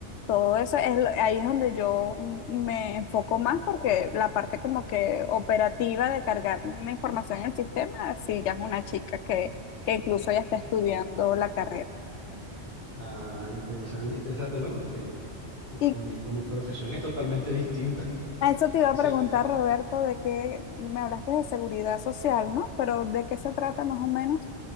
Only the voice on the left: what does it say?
Todo eso es, lo- ahí es donde yo me enfoco más porque la parte como que operativa de cargar una información en el sistema, sí, ya es una chica que, que incluso ya está estudiando la carrera.
Y
a eso te
iba a preguntar, Roberto, de que me hablaste de seguridad social, ¿no? Pero ¿de qué se trata más o menos?